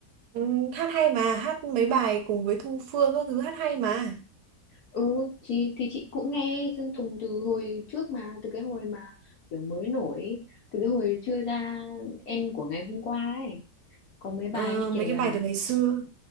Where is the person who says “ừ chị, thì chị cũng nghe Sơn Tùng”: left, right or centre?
Left